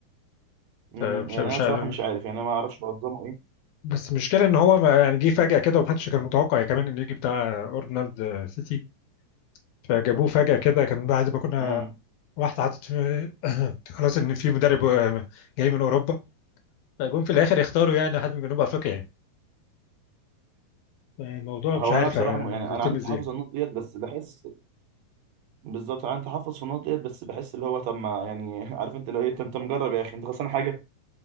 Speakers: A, on the right (about 70°); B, on the left (about 75°).
A: امم
B: فمش
A: يعني
B: مش
A: انا بصراحه
B: عارف
A: مش عارف يعني انا ما اعرفش منظمه ايه
B: بس المشكله ان هو ما يعني جه فجاه كده ومحدش كان متوقع يعني كمان انه يجي بتاع اورنالد سيتي فجابوه فجاه كده كان بعد ما كنا
A: امم
B: واحده حاطط في <coughs> <clears throat> خلاص ان في مدرب آه، جاي من اوروبا فجم في الاخر يختاروا يعني حد من جنوب افريقيا يعني الموضوع
A: هو
B: مش عارف
A: انا بصراحه
B: هيتم
A: م- يعني انا عندي
B: ازاي
A: تحفظ على النقط ديت بس بحس بالظبط انا عندي تحفظ في النقط ديت بس بحس اللي هو طب ما يعني <laughs> عارف انت اللي هو ايه انت أنت مجرب يا اخي انت خسران حاجه